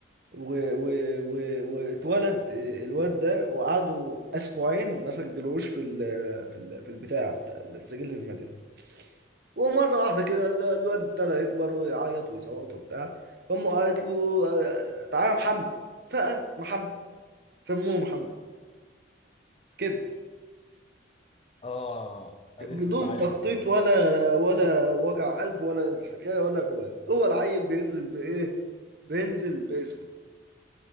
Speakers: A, on the right; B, on the left.
A: و... و... و... واتولد الواد ده وقعدوا أسبوعين ما سجلوش في ال... في ال... في البتاع بتاع السجل المدني ومرة واحدة كده ده الواد ابتدى يكبر ويعيط ويصوت وبتاع فأمه قالت له آه، تعالى يا محمد فمحمد سموه محمد كده
B: اه قالت
A: بدون
B: له تعالى
A: تخطيط
B: يا محمد
A: ولا ولا وجع قلب ولا الحكايه ولا الروايه هو العيل بينزل بايه بينزل باسمه